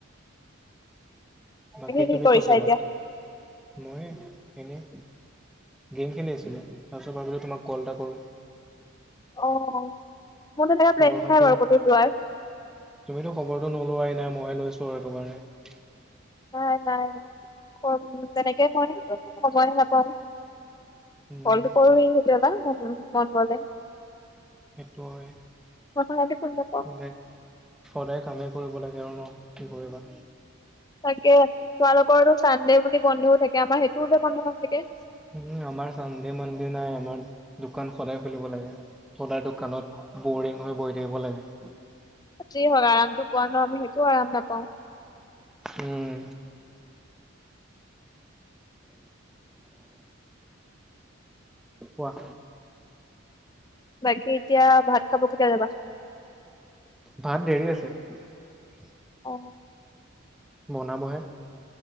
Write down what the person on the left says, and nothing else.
কি
কৰিছা
এতিয়া?
অ মোৰতো ধেৰ
প্লেনিং
নাই বাৰু ক'তো যোৱাৰ
নাই নাই কম তেনেকেই মই সময় নাপাওঁ
কলটো কৰোৱে কেতিয়াবা মন মন গলে
মই সাধাৰণতে ফোন নকৰো
তাকে তোমালোকৰো চানডে বুলি বন্ধও থাকে আমাৰ সেইটোওতে বন্ধ নাথাকে।
যি হয় আৰামটো পোৱা ন আমি সেইটোও আৰাম নাপাওঁ।
বাকী এতিয়া ভাত খাব কেতিয়া যাবা।
অ,